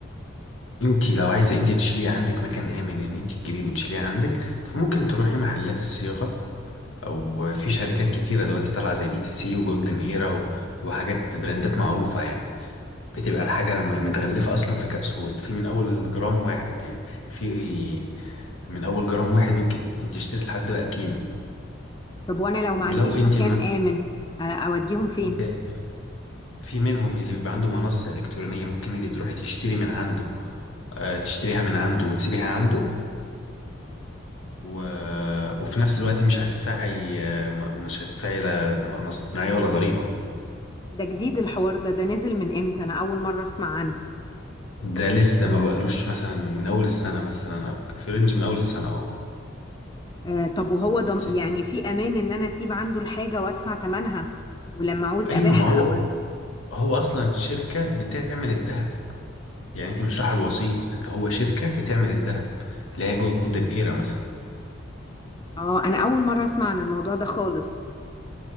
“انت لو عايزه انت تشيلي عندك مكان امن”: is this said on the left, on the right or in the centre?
Left